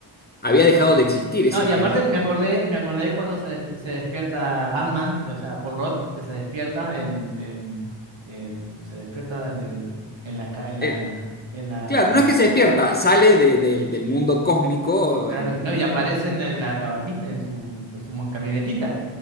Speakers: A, on the left (about 20°); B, on the right (about 75°).
A: había dejado de existir esa
B: No, y
A: gente.
B: aparte me acordé, me acordé cuando se, desp- se despierta Ant-Man, o sea, Paul Rudd, que se despierta en, en- en- se despierta en el, en la, ca- en la,
A: Eh,
B: en la
A: claro, no es que se despierta, sale de- del del mundo cósmico
B: Claro,
A: en...
B: no, y aparecen en la cabanita, en su, en su mo- camionetita,